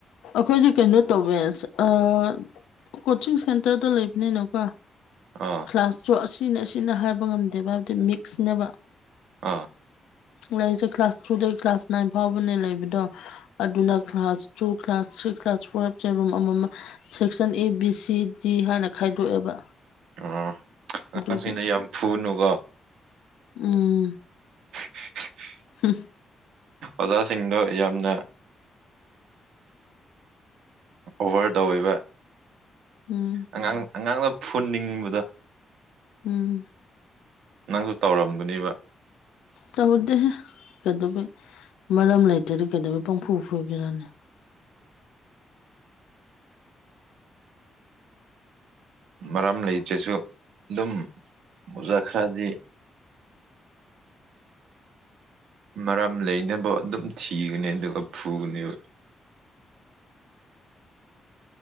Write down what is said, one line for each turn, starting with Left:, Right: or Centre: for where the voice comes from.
Left: ꯑꯈꯣꯏꯗꯤ ꯀꯩꯅꯣ ꯇꯧꯋꯦ ꯑꯁ ꯑꯥ ꯀꯣꯆꯤꯡ ꯁꯦꯟꯇꯔꯗ ꯂꯩꯕꯅꯤꯅꯀꯣ
Right: ꯑꯥ
Left: ꯀ꯭ꯂꯥꯁꯇꯣ ꯑꯁꯤꯅ-ꯑꯁꯤꯅ ꯍꯥꯏꯕ ꯉꯝꯗꯦꯕ ꯍꯥꯏꯕꯗꯤ ꯃꯤꯛꯁꯅꯦꯕ
Right: ꯑꯥ
Left: ꯂꯩꯔꯤꯁꯦ ꯀ꯭ꯂꯥꯁ ꯇꯨꯗꯒꯤ ꯀ꯭ꯂꯥꯁ ꯅꯥꯏꯟ ꯐꯥꯎꯕꯅꯦ ꯂꯩꯕꯗꯣ ꯑꯗꯨꯅ class two class three class four ꯆꯦ ꯔꯨꯝ ꯑꯃ-ꯃꯝ section A B C D ꯍꯥꯏꯅ ꯈꯥꯏꯗꯣꯛꯑꯦꯕ
Right: ꯑꯣ ꯑꯉꯥꯡꯁꯤꯡꯗ
Left: ꯑꯗꯨꯒꯤ
Right: ꯌꯥꯝ ꯐꯨꯅꯨꯀꯣ
Left: ꯎꯝ
Right: <inaudible>
Left: ꯍꯝ
Right: ꯑꯣꯖꯥꯁꯤꯡꯗꯣ ꯌꯥꯝꯅ ꯑꯣꯚꯔ ꯇꯧꯏꯕ
Left: ꯎꯝ
Right: ꯑꯉꯥꯡ ꯑꯉꯥꯡꯅ ꯐꯨꯅꯤꯡꯕꯗ
Left: ꯎꯝ
Right: ꯅꯪꯁꯨ ꯇꯧꯔꯝꯒꯅꯤꯕ
Left: ꯇꯧꯗꯦꯍꯦ ꯀꯩꯗꯧꯕꯩ ꯃꯔꯝ ꯂꯩꯇꯗꯤ ꯀꯩꯗꯧꯕꯩ ꯄꯪꯐꯨ ꯐꯨꯒꯦꯔꯥꯅꯦ
Right: ꯃꯔꯝ ꯂꯩꯇ꯭ꯔꯁꯨ ꯑꯗꯨꯝ ꯑꯣꯖꯥ ꯈꯔꯗꯤ ꯃꯔꯝ ꯂꯩꯅꯕ ꯑꯗꯨꯝ ꯊꯤꯒꯅꯤ ꯑꯗꯨꯒ ꯐꯨꯒꯥꯅꯤꯕ